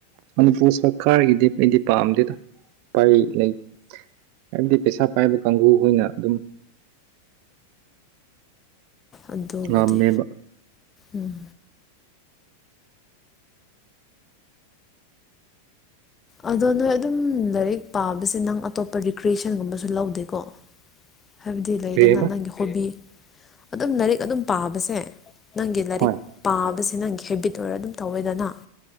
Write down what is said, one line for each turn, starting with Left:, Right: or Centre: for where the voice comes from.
Right: ꯃꯅꯤꯄꯨꯔ ꯁꯔꯀꯥꯔꯒꯤꯗꯤ ꯑꯩꯗꯤ ꯄꯥꯝꯗꯦꯗ ꯄ ꯂꯩ ꯍꯥꯏꯕꯗꯤ ꯄꯩꯁꯥ ꯄꯥꯏꯕ ꯀꯥꯡꯕꯨꯈꯅ ꯑꯗꯨꯝ
Left: ꯑꯗꯨꯕꯨꯗꯤ
Right: ꯉꯃꯦꯕ
Left: ꯎꯝ ꯑꯗꯣ ꯅꯣꯏ ꯑꯗꯨꯝ ꯂꯥꯏꯔꯤꯛ ꯄꯥꯕꯁꯦ ꯅꯪ ꯑꯇꯣꯞꯄ ꯔꯤꯀ꯭ꯔꯤꯌꯦꯁꯟꯒꯨꯝꯕꯁꯨ ꯂꯧꯗꯦꯀꯣ ꯍꯥꯏꯕꯗꯤ ꯂꯩꯗꯅ
Right: ꯀꯔꯤ ꯍꯥꯏꯕ
Left: ꯅꯪꯒꯤ ꯍꯣꯕꯤ ꯑꯗꯨ ꯅ ꯑꯗꯨꯝ ꯄꯥꯕꯁꯦ ꯅꯪꯒꯤ ꯂꯥꯏꯔꯤꯛ
Right: ꯍꯣꯏ
Left: ꯄꯥꯕꯁꯦ ꯁꯤ ꯅꯪꯒꯤ ꯍꯦꯕꯤꯠ ꯑꯣꯏꯔꯒ ꯑꯗꯨꯝ ꯇꯧꯋꯦꯗꯅ